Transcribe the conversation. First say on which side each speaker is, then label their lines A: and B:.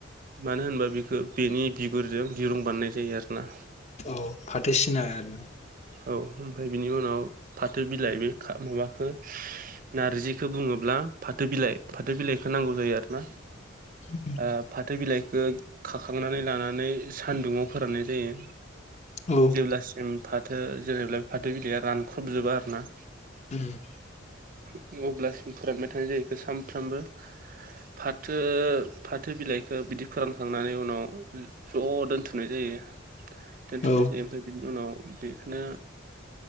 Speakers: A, on the right (about 45°); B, on the left (about 35°).
A: मानो होनबा बेखौ बेनि बिगुरजों दिरुं बानायनाय जायो आरो ना।
B: औ फाथो सिना आरोना।
A: औ ओमफ्राय बिनि उनाव फाथो बिलाइ बे माबाखो नारजिखौ बुङोब्ला फाथो बिलाइ फाथो बिलाइखौ नांगौ जायो आरो ना
B: उम
A: ओ फाथो बिलाइखौ खाखांनानै लानानै सानदुङाव फोराननाय जायो।
B: औ।
A: जेब्लासिम फाथो जेनेब्ला फाथो बिलाइया रानख्रबजोबा आरोना।
B: उम
A: अब्लासिम फोरानबाय थानाय जाहैखो सानफ्रामबो फाथो फाथो बिलाइखौ बिदि फोरानखांनानै उनाव ज' दोनथुमनाय जायो दोनथ'नाय
B: औ
A: जायो ओमफ्राय बिनि उनाव बेखौनो